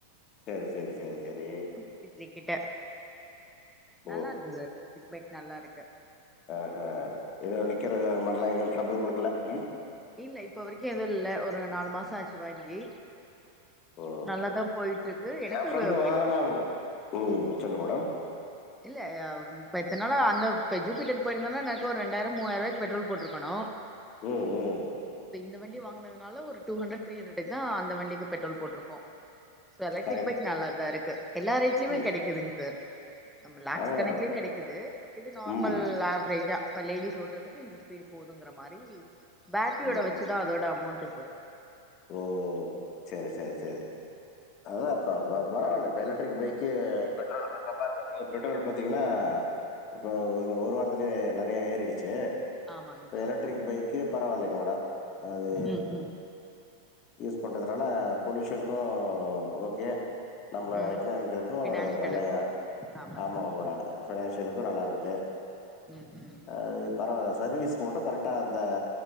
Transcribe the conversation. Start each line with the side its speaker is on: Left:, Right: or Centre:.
Left: சரி சரி சரி சரி
Centre: <unintelligible> கிட்ட
Left: ஓ
Centre: நல்லா இருக்கு சார் பிட் பேக் நல்லா இருக்கு
Left: ஆமா எதவு நிக்கிறது
Centre: ம்.
Left: அது மாரிலா எது ட்ரபுள் குடுக்கல ம்
Centre: இல்ல இப்ப வரைக்கு எதுவு இல்ல ஒரு நாலு மாச ஆச்சு வாங்கி
Left: ஓ
Centre: நல்லாதா போயிட்ருக்கு எனக்கு
Left: எ ஃப்ரெண்டு
Centre: வ பெட்குருப்
Left: வாங்குனா ம் சொல்லு மேடம்
Centre: இல்ல அவ் இப்ப எத்தனால அந்த பெ ஜூ பீட்டு போயிருந்தனா எனக்கு ஒரு ரெண்டாயிர முவாயிருவாக்கு பெட்ரோல் போட்ருக்கணு
Left: ம் ம்
Centre: இப்ப இந்த வண்டி வாங்கினதுனால ஒரு டூஹண்டரட் திரீஹண்டர் த அந்த வண்டிக்கி பெட்ரோல் போட்ருப்போ சோ எலக்ட்ரிக்
Left: கரெக்ட்
Centre: பைக் நல்லாத இருக்கு எல்லார் வீட்லயுமே
Left: ம்
Centre: கெடைக்குதுங் சார் நம்ம லாக்ஸ்
Left: ஆமா
Centre: கணக்கிலியு
Left: மேடம்
Centre: கெடைக்குது இது நார்மல்
Left: ம்
Centre: ஆவரேஜா இப்ப லேடிஸ் ஓட்டுறதுக்கு இந்த ஸ்பீடு போதுங்குற மாரி பேட்ரியோட
Left: ம்
Centre: வச்சுதா அதோட அமௌண்ட்டு சார்
Left: ஓ செரி செரி செரி அதா இப்ப ப பரவால்ல இப்ப எலக்ட்ரிக் பைக்கு பெட்ரோல் வந்து கம்பேர் பண்ணுமு பெட்ரோல் பாத்தீங்கின்னா இப்ப ஒரு வாரத்துலே நறைய ஏறிடுச்சி
Centre: ஆமாங்
Left: இப்ப
Centre: சார்
Left: எலக்ட்ரிக் பைக்கு பரவாயில்லைங்கலா அது
Centre: ம் ம்
Left: யூஸ் பண்றதுனால போலிஷன்க்கு ஓகே நம்ப
Centre: ம்
Left: எக்கனாமிக்கலுக்கு அ
Centre: ஃபினான்ஷியலுக்கு
Left: நல்ல
Centre: ஆமா
Left: ஆமாவ
Centre: சார்
Left: கூட ஃபினான்சியலுக்கு நல்லா இருக்குது
Centre: ம் ம்
Left: அ பரவால்ல சர்வீஸ் மட்டு கரெக்டா அந்த